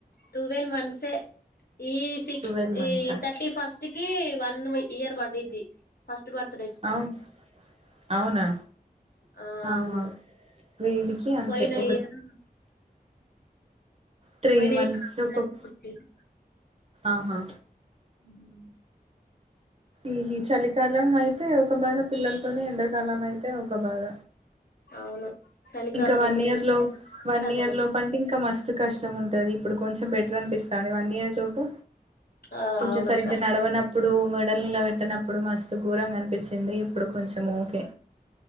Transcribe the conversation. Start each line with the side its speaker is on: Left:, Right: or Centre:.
Left: ట్టువెల్వ్ మంత్సే ఈ సిక్స్
Right: ట్వెల్వ్ మంత్సా
Left: ఈ థర్టీ ఫస్ట్ టికి వన్ ఇయర్ బడ్డిద్ది ఫస్ట్ బర్
Right: అవున్ అవునా
Left: ఆ
Right: ఆహా
Left: అవును
Right: వీడికి అంతే
Left: పోయిన
Right: ఒక
Left: ఇయర్
Right: త్రీ
Left: పోయిన
Right: మంత్సు
Left: ఇయర్ రంజాన్
Right: <unintelligible>
Left: కి పుట్టిండు
Right: ఆహా
Left: అవున
Right: ఈ హి చలికాలం అయితే ఒక బాధ పిల్లలతోని ఎండాకాలం అయితే ఒక బాధ
Left: అవును చలికాలం
Right: ఇంకా వన్
Left: అయితే
Right: ఇయర్
Left: నీ
Right: లోఫ్ వన్
Left: అంత
Right: ఇయర్
Left: మంచి
Right: లోపు అంటే ఇంకా మస్తు కష్టం ఉంటది ఇప్పుడు కొంచెం బెటర్ అనిపిస్తాంది వన్ ఇయర్ లోపు
Left: ఆ
Right: కొంచెం
Left: అవునక్క
Right: సరిగ్గా నడవనప్ ఇప్పుడు మెడల్ ని ఇలా పెట్టినప్పుడు మస్తు ఘరంగా అనిపించింది ఇప్పుడు కొంచెం ఓకే